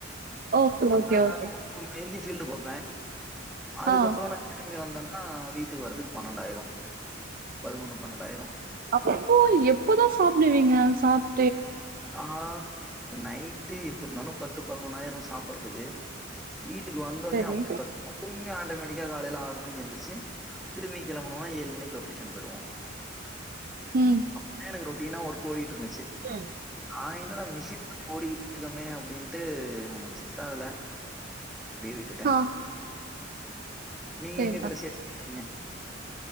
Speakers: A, on the right; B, in the centre.
A: ஓகே,
B: அ
A: ஓகே,
B: அ
A: ஓகே.
B: அ அ மணி வரைக்கு ஃபீல்டு பாப்பே அதுக்கப்புறோ
A: ஆ.
B: நா திரும்பி வந்தேன்னா வீட்டுக்கு வரதுக்கு பன்னெண்டாயிடு பதுனொன்னு பன்னெண்டாயிடு
A: அப்போ எப்பதா சாப்டுவீங்க சாப்
B: ஆ நைட்டு எப்புடுருந்தாலும் பத்து பதினொன்ணாயிரு சாப்புறதுக்கு வீட்டுக்கு வந்தோன்னே
A: சரி
B: அப்டியே படுத்துர்வோ திரும்பி ஆட்டோமேட்டிக்கா காலைல ஆறு மணிக்கு எந்துருச்சு திரும்பியு கெளம்பனோம்னா ஏழு மணிக்கு லொக்கேஷன் போயிடுவோ
A: ம்
B: அப்டிதா எனக்கு ரொட்டீனா ஒர்க் ஓடிட்டு இருந்துச்சு
A: தே
B: நா என்னடா மிஷின் மாரி ஓடிக்கிட்டே இருக்கோமே அப்டின்ட்டு நமக்கு செட் ஆகல அப்டி விட்டுட்டே
A: ஆ
B: நீங்க
A: சரிதா
B: எங்க கடைசியா போனீங்க